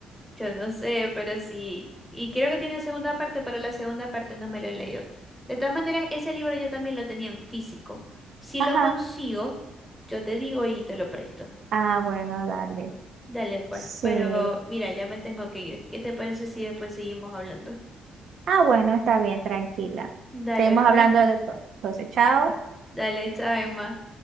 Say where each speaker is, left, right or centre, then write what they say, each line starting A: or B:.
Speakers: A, in the centre; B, on the right (about 65°).
A: yo no sé, pero sí. Y creo que tiene segunda parte, pero la segunda parte no me lo he leído. De todas maneras, ese libro yo también lo tenía en físico. Si
B: Ajá.
A: lo consigo, yo te digo y te lo presto.
B: Ah, bueno, dale.
A: Dale, pues.
B: Sí.
A: Pero mira, ya me tengo que ir. ¿Qué te parece si después seguimos hablando?
B: Ah, bueno, está bien, tranquila.
A: Dale,
B: Seguimos
A: pues.
B: hablando después. Entonces, chao.
A: Dale, chao, Emma.